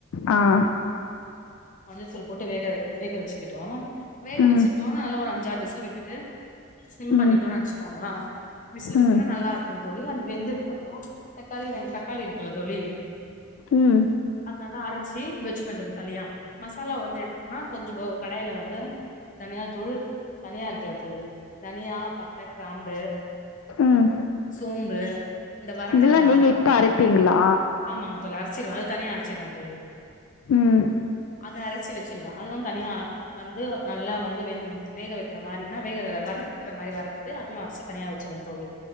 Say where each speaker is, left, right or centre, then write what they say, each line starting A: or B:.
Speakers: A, on the left; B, on the left.
A: ஆஹ்
B: மஞ்சள்தூள் போட்டு வேக வேக வச்சிக்கிட்டோம் வேக
A: ம்
B: வச்சுட்டோம் அதுல ஒரு அஞ்சாறு விசில் விட்டுட்டு சிம்
A: ம்
B: பண்ணிட்டோம்னு நினைச்சுகோங்களா விசில்
A: ம்
B: விட்டோனோ நல்லா இருக்கும் தோழி அந்த வெந்ததுக்கு அப்புறம் தக்காளி ரெண்டு தக்காளி இருக்குல்ல தோழி
A: ம்
B: அது நல்லா அரைச்சி வச்ச வச்சு பன்றது தனியா மசாலா வந்து வேன்னா கொஞ்சம் கடாயில வந்து தனியா தூள் தனியா இருக்குல தோழி தனியா பட்ட கிராம்பு
A: ம்
B: சோம்பு இந்த வர
A: இதெல்லா
B: மிளகா
A: நீங்க
B: இருக்குல
A: இப்ப அரைப்பீங்களா?
B: தோழி ஆமாங்க தோழி அரச்சிருவன் அது தனியா அரச் ச்சிறந்தலி <unintelligible>
A: ம்
B: அத அரச்சி வச்சிருவே அதுவு தனியா வந்து நல்லா வந்து வேக வைக்கிற மாரினா வேக வறுக்கற மாரி வறுத்து அதுவும் அரைச்சு தனியா வச்சிருவவேன் தோழி